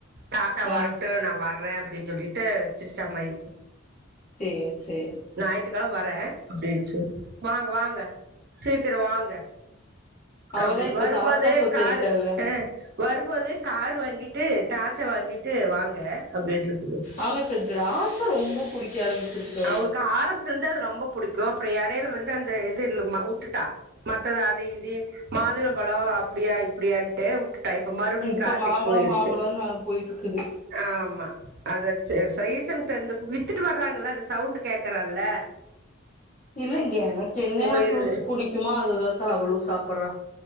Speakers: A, on the right (about 50°); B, on the left (about 40°).
A: தாத்தா
B: ஆ
A: வரட்டு
B: ஆ
A: நா வர்றே அப்டின்னு சொல்லிட்டு வெச்சிருச்சு அம்மாயி
B: ச்சேர் சேரி
A: ஞாயி்த்துக்கிழம வரேன் அப்படின்ச்சு வாங்க வாங்க சீக்கிரம் வாங்க
B: அவதா
A: அப்டி
B: இப்ப
A: வரும்போது
B: தாத்தா சொத்தாயிட்டால
A: காரு அங் வரும்போது கார் வாங்கிட்டு டார்ச்ச வாங்கிட்டு வாங்க அப்படின்ட்டு இருக்குது
B: ஆமா இப்போ திராச்ச ரொம்ப புடிக்க ஆரம்பச்சிருச்சு
A: அவளுக்கு ஆரம்பத்து இருந்து அது ரொம்ப புடிக்கும் அப்புறம் இடையில வந்து அந்த இது இல்லமா வுட்டுட்டா மத்ததா அது இது மாதுளம்பழம் அப்படியா இப்படியான்ட்டே உட்டுட்டா இப்ப மறுபடியு
B: இப்ப
A: திராச்சைக்கு
B: மாம்பழோ
A: போயிருச்சு
B: மாம்பழோன்னு அது போயிட்ருக்குது
A: ஆமா அத ச் சைசன்டருந்து வித்துட்டு வர்றாங்கள அந்த சவ்ண்டு கேக்றால்ல
B: இல்லேங்க எனக்கு என்னென்ன
A: போயிருது
B: ஃப்ரூட்ஸ் புடிக்குமோ அதுதா தா அவளு சாப்பட்றா